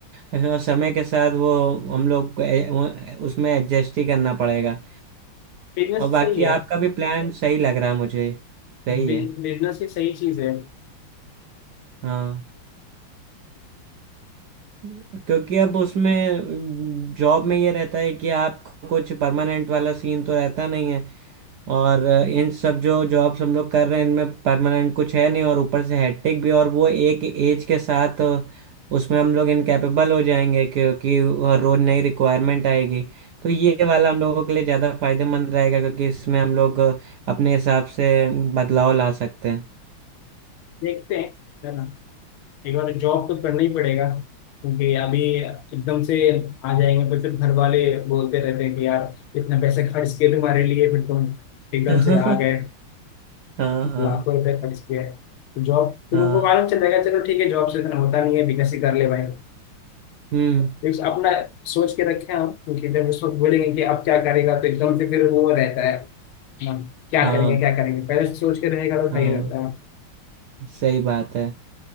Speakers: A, on the right; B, on the left.
A: अ, समय के साथ वो हम लोग को ए- वो- उसमें एडजस्ट ही करना पड़ेगा
B: बिजनेस
A: और बाकी
B: सही है
A: आपका भी प्लान सही लग रहा है मुझे सही
B: बिजनेस
A: है
B: ही सही चीज है
A: हाँ क्योंकि अब उसमें जॉब में ये रहता है कि आप कुछ परमानेंट वाला सीन तो रहता नहीं है और इन सब जो जॉब्स हम लोग कर रहे हैं इनमें परमानेंट कुछ है नहीं और ऊपर से हैट्रिक भी और वो एक एज के साथ उसमें हम लोग इनकैपेबल हो जाएंगे क्योंकि रोज नई रिक्वायरमेंट आएगी तो ये वाला हम लोगों के लिए ज़्यादा फायदेमंद रहेगा क्योंकि इसमें हम लोग अपने हिसाब से बदलाव ला सकते हैं
B: देखते हैं है ना एक बार जॉब तो करना ही पड़ेगा क्योंकि अभी एकदम से आ जाएंगे तो फिर घर वाले बोलते रहते हैं कि यार इतना पैसे खर्च किए तुम्हारे लिए फिर तुम एकदम
A: <laughs>
B: से आ गए
A: हाँ हाँ
B: लाखों रुपए खर्च किए तो जॉब फिर
A: हाँ
B: उनको मालूम चल जाएगा चलो ठीक है जॉब से इतना होता नहीं है बिजनेस ही कर ले भाई
A: हम्म
B: एक अपना सोच के रखे हम क्योंकि जब उस वक्त बोलेंगे कि अब क्या करेगा तो एकदम से फिर वो रहता है हाँ, क्या
A: हाँ
B: करेंगे क्या करेंगे पहले से सोच के रहेगा तो
A: हाँ
B: सही रहता है
A: सही बात है